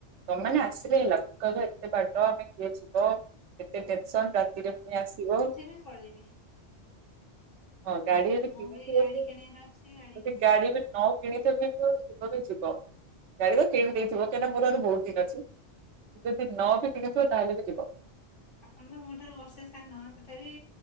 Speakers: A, on the right; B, on the left.
A: ତମମାନେ ଆସିଲେ ହେଲା କହିବ ଏତେ ବାଟ ଆମେ କିଏ ଯିବ ଏତେ ଟେନସନ ରାତିରେ ପୁଣି ଆସିବ
B: ହେସ ପଳେଇବି।
A: ହଁ ଗାଡି ଯଦି
B: ମୁଁ
A: କିଣିଥିବ
B: ଗାଡି
A: ବି ଯଦି
B: କିଣିବାର ଅଛି କିଣିଥିବି।
A: ଗାଡି ବି ନ କିଣି ଯିବ ବି ଯିବ ଗାଡି ତ କିଣିଦେଥିବ କାହିଁକିନା ମୋର ଆହୁରି ବହୁତ ଦିନ ଅଛି। ଯଦି ନବିି କିଣି ଥିବ ତାହେଲେ ବି ଯିବ।
B: ଆପଣ ତ ମୋ ଠାରୁ ବର୍ଷେ ସାନ ତଥାପି